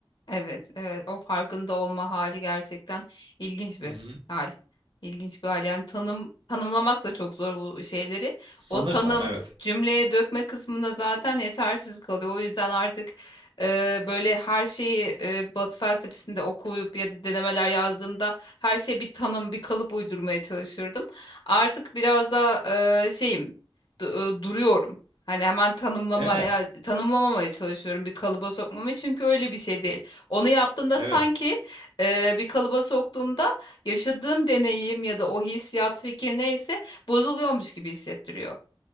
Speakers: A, on the left (about 60°); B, on the right (about 85°).
A: Evet, evet. O farkında olma hali gerçekten ilginç bir
B: Hı hı.
A: hal. İlginç bir hal. Yani tanım tanımlamak da çok zor bu şeyleri.
B: Sanırsam
A: O tanım
B: evet.
A: cümleye dökme kısmında zaten yetersiz kalıyor. O yüzden artık e, böyle her şeyi e, Batı felsefesinde okuyup ya da denemeler yazdığımda her şeye bir tanım, bir kalıp uydurmaya çalışırdım. Artık biraz da e, şeyim, du- e, duruyorum. Hani hemen tanımlamaya,
B: Evet.
A: tanımlamamaya çalışıyorum bir kalıba sokmamı çünkü öyle bir şey değil. Onu yaptığımda
B: Evet.
A: sanki e, bir kalıba soktuğumda yaşadığım deneyim ya da o hissiyat fikir neyse bozuluyormuş gibi hissettiriyor.